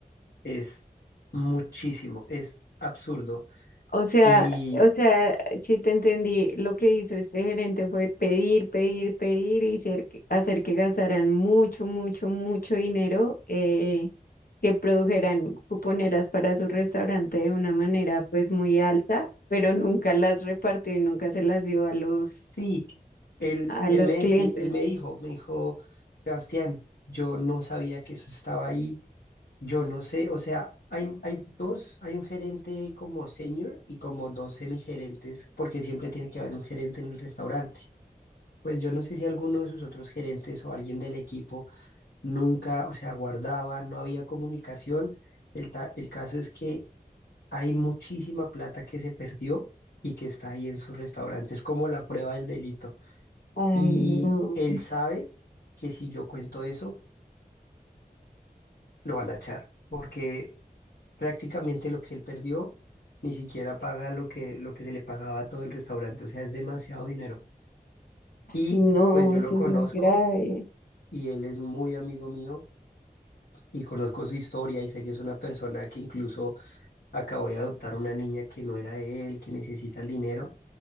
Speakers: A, on the left; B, on the left.
A: es muchísimo, es absurdo.
B: O sea,
A: Y
B: o sea, sí te entendí. Lo que hizo este gerente fue pedir, pedir, pedir y ser que- hacer que gastaran mucho, mucho, mucho dinero, eh, que produjeran cuponeras para su restaurante de una manera pues muy alta, pero nunca las repartió y nunca se las dio a los,
A: Sí, él,
B: a
A: él
B: los
A: me
B: clientes.
A: deci- él me dijo, me dijo, Sebastián, yo no sabía que eso estaba ahí, yo no sé, o sea, hay, hay dos, hay un gerente como senior y como dos semigerentes, porque siempre tiene que haber un gerente en el restaurante. Pues yo no sé si alguno de sus otros gerentes o alguien del equipo nunca, o sea, guardaba, no había comunicación. El, ta- el caso es que hay muchísima plata que se perdió y que está ahí en sus restaurantes, como la prueba del delito.
B: Ay,
A: Y
B: no,
A: él sabe que si yo cuento eso, lo van a echar, porque prácticamente lo que él perdió ni siquiera paga lo que, lo que se le pagaba a todo el restaurante, o sea, es demasiado dinero. Y
B: no,
A: pues yo
B: eso
A: lo conozco
B: es muy grave.
A: y él es muy amigo mío y conozco su historia y sé que es una persona que incluso acabó de adoptar una niña que no era de él, que necesita el dinero.